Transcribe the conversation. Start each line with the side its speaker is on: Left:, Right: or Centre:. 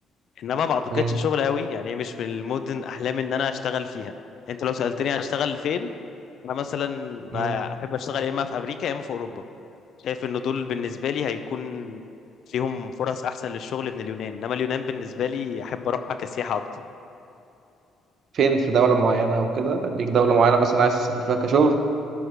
Left: إنما ما أعتقدش
Right: مم،
Left: شغل قوي يعني هي مش من المدن أحلامي إن أنا أشتغل فيها أنت لو سألتني هشتغل فين أنا مثلا بقى
Right: مم.
Left: أحب أشتغل يا إما في أمريكا يا إما في أوروبا شايف إن دول بالنسبة لي هيكون فيهم فرص أحسن للشغل من اليونان إنما اليونان بالنسبة لي أحب أروحها كسياحة أكتر
Right: فين في دوله معينه او كده ليك دوله معينه مثلا عايز تسافر فيها كشغل